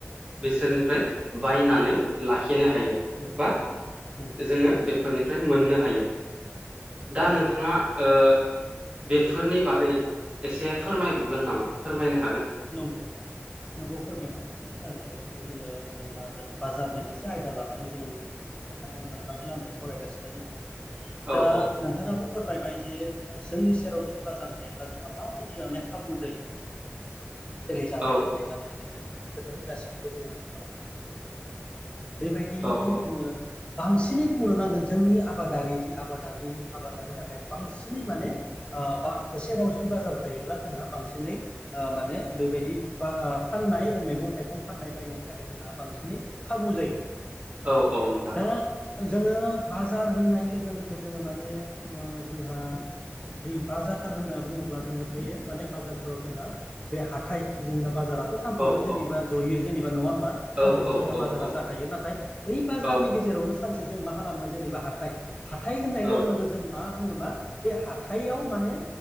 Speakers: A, on the right; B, on the left.
A: बिसोरनिफ्राय बायनानै लाखिनो हायो
B: औ
A: बा
B: नंगौ
A: जोङो
B: नंगौ
A: बेफोरनिफ्राय मोननो हायो दा
B: नंगौ
A: नोंथाङा ओ बेफोरनि बागै एसे फोरमायबावगोन नामा फोरमायना
B: नंगौ नंगौ फोरमायनो हागोन जिहेथु जोङो जोंहा जों बाजारनि मोनसे आयदा लानानै जों नोंथां नोंथांजों आंजों सावरायगासिनो दङ
A: औ
B: दा
A: औ
B: नोंथाङाबो फोरमायबाय जे ओ जोंनि सेराव जुदि बाजार थायोब्ला जोंहा माबायदि माने खाबु जायो जेरै जानाय
A: औ
B: लोंनाय गाननाय जोमनाय बेफोर खोथाखौ गासैखौबो जोङो आवगोलावनो सावरायलांबाय बेबायदियैनो
A: औ औ
B: जोङो बांसिनै बुंनो नांगोन जोंनि आबादारि जि आबादारि आबादारिनि थाखाय बांसिनै माने ओ बा होसेनाव जुदि बाजार थायोब्ला जोंहा बांसिनै ओ माने बेबायदि बा फाननाय मैगं थाइगं फाननाय बायनायनि थाखाय जोंहा बांसिनै खाबु जायो
A: औ औ नोंथां
B: दा जोङो बाजार होननाय लोगो लोगो जोङो माने ओ जोंहा जि बाजार होनना बुङोब्ला जोङो बे माने बाजारफोराव जोंहा बे हाथाय जोंना बाजाराथ' सानफ्रोमबो
A: औ
B: जेनेबा
A: औ
B: ज'यो जेनेबा नङा बा
A: औ
B: सामफ्रामबो जोंहा
A: औ
B: बाजारा
A: औ
B: जाखायो नाथाय बै बाजारनि
A: औ
B: गेजेरावनो सान से जों मा खालामो जेनेबा हाथाइ हाथाइ होननाय लोगो
A: औ
B: लोगो जों मा बुङोमा बे हाथायाव माने